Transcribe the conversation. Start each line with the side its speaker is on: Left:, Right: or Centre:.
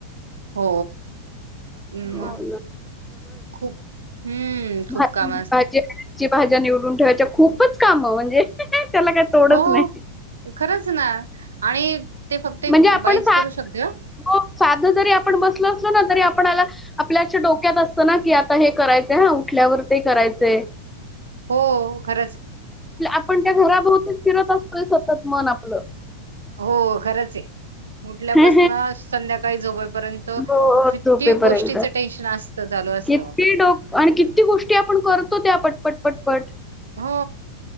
Right: हो मग
Centre: हो ना
Right: खूप हम्म
Centre: भाजीची
Right: खूप काम असत.
Centre: भाज्या निवडून ठेवायच्या खूपच काम म्हणजे त्याला तोडच
Right: हो
Centre: नाही
Right: खरंच ना आणि ते फक्त
Centre: म्हणजे
Right: एक
Centre: आपण
Right: बाईच
Centre: सा
Right: करू शकत ग
Centre: हो साधं जरी आपण बसल असलो ना तरी आपणला आपल्याच्या डोक्यात असतं ना की आता हे करायच हा उठल्यावर ते करायचे
Right: हो खरंच
Centre: आपण त्या घराभोवती फिरत असतो सतत मन आपलं
Right: हो खरंच आहे उठल्यापासून
Centre: हो,
Right: संध्याकाळी झोपायपर्यंत त
Centre: हो,
Right: कित्यती
Centre: झोपेपर्यंत.
Right: गोष्टीच टेन्शन असत चालू असतं
Centre: किती डोक आणि किती गोष्टी आपण करतो त्या पटपट पटपट
Right: हो